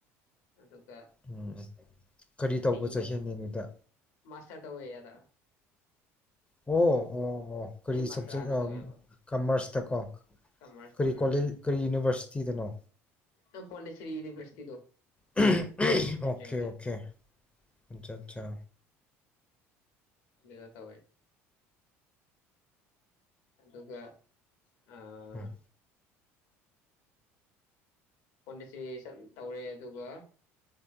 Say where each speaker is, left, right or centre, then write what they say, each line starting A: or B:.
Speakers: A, on the left (about 70°); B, on the left (about 15°).
A: ꯑꯗꯨꯒ
B: ꯎꯝ ꯀꯔꯤ ꯇꯧꯕ
A: ꯗꯦꯜꯍꯤꯗ
B: ꯆꯍꯤꯅꯤ ꯑꯗꯨꯗ
A: ꯃꯥꯁꯇꯔ ꯇꯧꯋꯦ ꯑꯥꯗ
B: ꯑꯣ ꯑꯣ ꯑꯣ ꯀꯔꯤ
A: ꯑꯩ
B: ꯁꯕꯖꯦꯛꯔꯥ
A: ꯃꯥꯁꯇꯔ ꯑꯥꯗ ꯇꯧꯋꯦꯕ
B: ꯀꯃꯔꯁꯇꯀꯣ
A: ꯀꯃꯔꯁꯇ
B: ꯀꯔꯤ
A: ꯎꯝ
B: ꯀꯣꯂꯦ ꯀꯔꯤ ꯌꯨꯅꯤꯚꯔꯁꯤꯇꯤꯗꯅꯣ
A: ꯅꯪ ꯄꯣꯟꯗꯤꯆꯦꯔꯤ ꯌꯨꯅꯤꯚꯔꯁꯤꯇꯤꯗꯣ
B: ꯑꯝꯍ
A: ꯁꯦꯟꯇ꯭ꯔꯦꯜꯒꯤ
B: ꯑꯝꯍ ꯑꯣꯀꯦ ꯑꯣꯀꯦ ꯑꯆꯥ ꯑꯆꯥ
A: ꯀ꯭ꯂꯤꯌꯥꯔ ꯇꯧꯋꯦ ꯑꯗꯨꯒ ꯑꯥ
B: ꯎꯝ
A: ꯄꯣꯟꯗꯤꯆꯦꯔꯤ ꯇꯧꯔꯦ ꯑꯗꯨꯒ